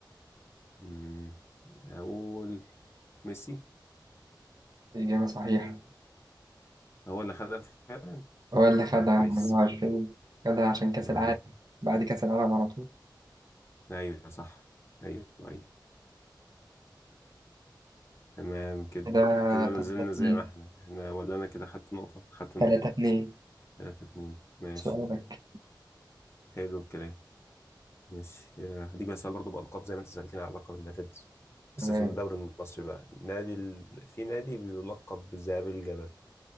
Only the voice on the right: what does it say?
إجابة صحيحة
هو اللي خدها
24 خدها عشان كأس
العالم بعد كأس العالم على طول
كده
3
2
3
2
سؤالك
تمام